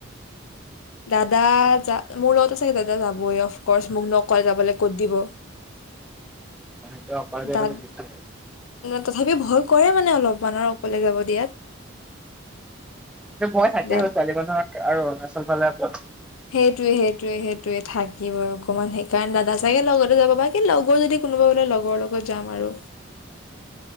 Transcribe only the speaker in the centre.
মানটো অপাৰ
বুজ প <unintelligible>
কিন্তু মই থাকেইও
ছোৱালী মানুহৰ আৰু <unintelligible> চলফ ল <unintelligible>